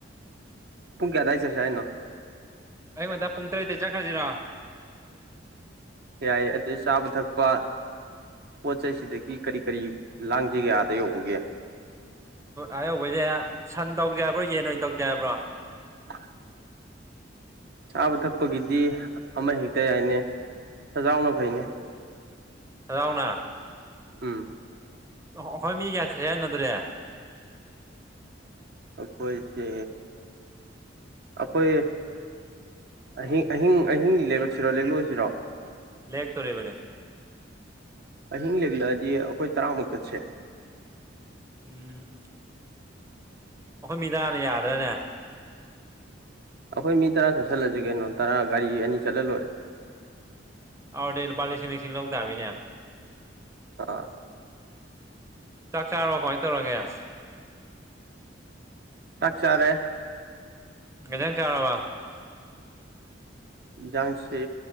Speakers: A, on the right; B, on the right.
A: ꯄꯨꯡ ꯀꯌꯥ ꯑꯗꯥꯏꯗ ꯆꯠꯁꯤ ꯍꯥꯏꯅꯣ
B: ꯑꯌꯨꯛ ꯉꯟꯇꯥ ꯄꯨꯡ ꯇꯔꯦꯠꯇꯩ ꯆꯠꯈꯔ꯭ꯁꯤꯔꯣ
A: ꯌꯥꯏ ꯑꯗꯩ ꯆꯥꯕ ꯊꯛꯄ ꯄꯣꯠ ꯆꯩꯩꯁꯤꯗꯒꯤ ꯀꯔꯤ ꯀꯔꯤ ꯂꯥꯡꯁꯤꯒꯦꯌꯥꯗ ꯌꯧꯕꯒꯦ
B: ꯑꯌꯧꯕꯁꯦ ꯁꯟ ꯇꯧꯖꯕ꯭ꯔꯣ ꯌꯦꯟ ꯑꯣꯏꯅ ꯇꯧꯖꯕ꯭ꯔꯣ
A: <unintelligible> ꯆꯥꯕ ꯊꯛꯄꯒꯤꯗꯤ ꯑꯃ ꯍꯦꯛꯇ ꯌꯥꯏꯅꯦ ꯁꯖꯥꯎꯅ ꯐꯩꯅꯦ
B: ꯁꯖꯥꯎꯅꯥ
A: ꯎꯝ
B: ꯑꯣ ꯑꯩꯈꯣꯏ ꯃꯤ ꯀꯌꯥ ꯁꯨꯔꯦ ꯍꯥꯌꯅꯣ ꯑꯗꯨꯗ
A: ꯑꯩꯈꯣꯏꯁꯦ ꯑꯩꯈꯣꯏ ꯑꯍꯤꯡ ꯑꯍꯤꯡ ꯑꯍꯤꯡ ꯂꯩꯔꯛꯁꯤꯔꯣ ꯂꯩꯦꯛꯂꯛꯏꯁꯤꯔꯣ
B: ꯂꯦꯦꯛ ꯇꯧꯔꯤꯕꯅꯦ
A: ꯑꯍꯤꯡ ꯂꯦꯛꯂꯛꯑꯗꯤ ꯑꯩꯈꯣꯏ ꯇꯔꯥꯃꯨꯛ ꯆꯠꯁꯦ
B: ꯎꯝ ꯑꯩꯈꯣꯏ ꯃꯤ ꯇꯔꯥꯅꯥ ꯌꯥꯗ꯭ꯔꯅꯦ
A: ꯑꯩꯈꯣꯏ ꯃꯤ ꯇꯔꯥ ꯆꯠꯁꯤꯜꯂꯁꯤ ꯀꯩꯅꯣ ꯇꯔꯥ ꯒꯥꯔꯤ ꯑꯅꯤ ꯆꯠꯂ ꯂꯣꯏꯔꯦ
B: ꯑꯗꯨꯗꯤ ꯂꯨꯄꯥ ꯂꯤꯁꯤꯡ ꯂꯤꯁꯤꯡ ꯂꯧ ꯇꯕꯅꯤꯅꯦ
A: ꯑꯥ
B: ꯆꯥꯛ ꯆꯥꯔꯕꯣ ꯀꯃꯥꯏꯅ ꯇꯧꯔꯒꯦ
A: ꯆꯥꯛ ꯆꯔꯦ
B: ꯀꯩ ꯑꯦꯟꯖꯥꯡ ꯆꯔꯕꯥ
A: ꯌꯦꯟꯁꯥꯡꯁꯤ